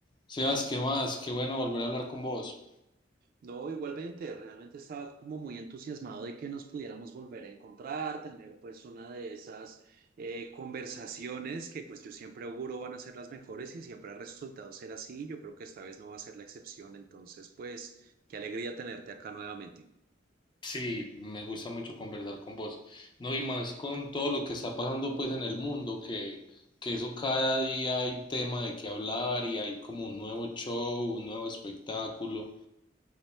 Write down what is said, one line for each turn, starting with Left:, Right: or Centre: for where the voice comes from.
Left: Sebas, ¿qué más? Qué bueno volver a hablar con vos.
Right: No, igualmente, realmente estaba como muy entusiasmado de que nos pudiéramos volver a encontrar, tener pues una de esas eh, conversaciones que pues yo siempre auguro van a ser las mejores y siempre ha resultado ser así. Yo creo que esta vez no va a ser la excepción, entonces pues qué alegría tenerte acá nuevamente.
Left: Sí, me gusta mucho conversar con vos. No, y más con todo lo que está pasando pues en el mundo, que, que eso cada día hay tema de qué hablar y hay como un nuevo show, un nuevo espectáculo.